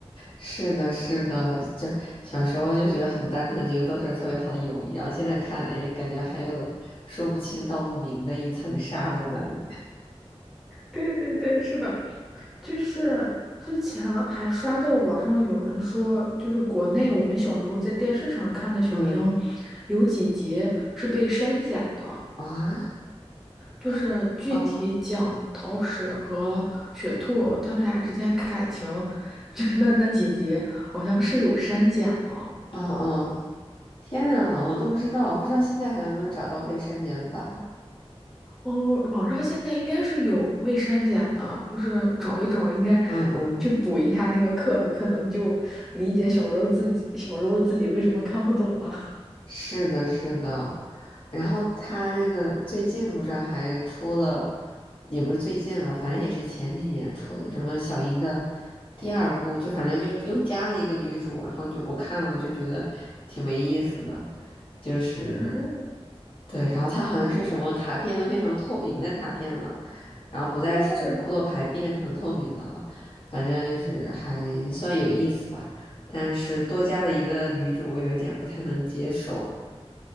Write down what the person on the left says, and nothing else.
是的，是的，就小时候就觉得很单纯，觉得都是特别好的友谊，然后现在看，哎，感觉还有说不清道不明的一层纱在那里。
嗯
啊，
他，嗯
啊嗯，天啊，我都不知道，不知道现在还能不能找到未删减版。
嗯嗯，
是的，是的。然后他那个最近不是还出了，也不是最近吧，反正也是前几年出的什么小樱的第二部，就反正就又加了一个女主，然后就我看了就觉得挺没意思的，就是
对，然后他好像是什么卡片都变成透明的卡片了，然后不再是就是骷髅牌变成透明的了，
反正就是还算有意思吧。但是多加了一个女主，我有一点不太能接受。